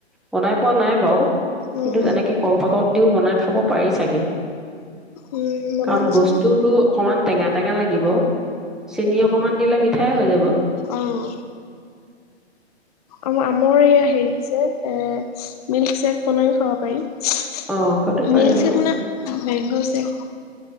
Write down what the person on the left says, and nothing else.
উম
উম বনাবচোন
আহ! আৰু আমৰ এইয়া হেৰি যে এ মিল্কশ্বেক বনাইো খাব পাৰিম।
মিল্ক শ্বেক
মানে মেংগো শ্বেক,